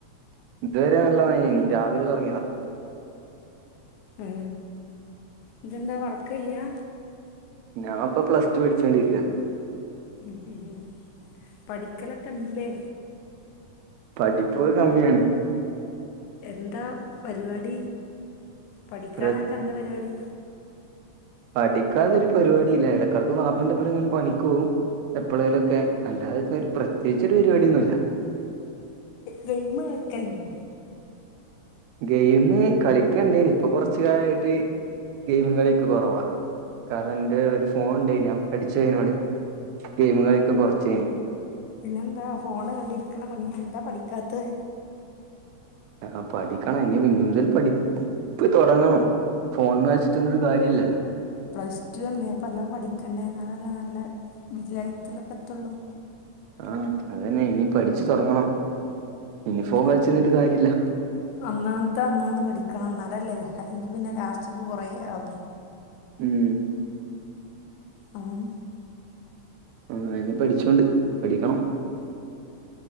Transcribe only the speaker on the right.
ഇതുവരെ നല്ല മഴയനി രാവിലെ തുടങ്ങിയതാ
ഞാൻ ഇപ്പ പ്ലസ് ടു പഠിച്ചോണ്ടിരിക്ക
പഠിപ്പൊക്കെ കമ്മിയാണ്
പ്ര
പഠിക്കാതൊരു പരിപാടി ഇല്ല ഇടക്കാർക്ക് വാപ്പന്റെപ്പറം ഇങ്ങനെ പണിക്ക് പോവും എപ്പോഴേലുംക്കെ അല്ലാതെ ഒരു പ്രത്യേകിച്ച് ഒരു പരിപാടിയൊന്നുല്ല
ഗെയിമ് കളിക്കണ്ടേനി ഇപ്പൊ കൊറച്ചു കാലവായിട്ട് ഗെയിമ് കളിയക്കെ കൊറവാ കാരണം എന്റെ ഒരു ഫോൺ ഉണ്ടേന അടിച്ചോട് ഗെയിമ് കളിയൊക്കെ കുറച്ചനി
ആ പഠിക്കണം ഇനി പിന്ന മുതൽ പഠിപ്പ് തുടങ്ങണം ഫോൺ മേച്ചട്ടരു കാര്യല്ലല്ലോ
ആ അതന്നെ ഇനി പഠിച്ചു തുടങ്ങണം ഇനി
ഫോൺ കളിച്ചിരുന്നിട്ട് കാര്യല്ല
ഉം
ആ ഇനി പഠിച്ചോണ്ട് പഠിക്കണം